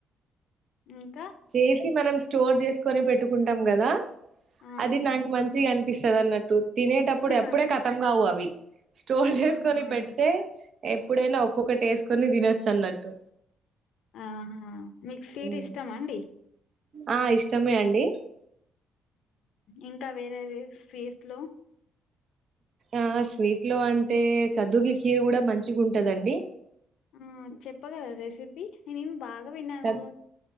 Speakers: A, on the left; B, on the right.
A: ఇంక
B: చేసి మనం స్టోర్ చేసుకొని పెట్టుకుంటాం కదా
A: ఆహా
B: అది నాకు మంచిగా పిస్తదన్నట్టు తినేటప్పుడు
A: ఆహా
B: ఎప్పుడే కతం కావు అవి స్టోర్
A: ఆ!
B: చేసుకొని
A: ఆ!
B: పెడితే ఎప్పుడైన ఒక్కొకటి ఎసుకొని తినొచ్చు అన్నట్టు
A: ఆహా మికు స్వీట్
B: ఉమ్.
A: ఇష్టమా అండి
B: ఆ ఇష్టమే అండి
A: ఇంకా వేరేవేరే స్వీట్ లో
B: ఆ స్వీట్ లో అంటే కద్దుకి కీర్ కూడ మంచిగా ఉంటదండి
A: ఆ చెప్పగలార రెసిపీ నేనేం బాగ విన్నాను
B: కద్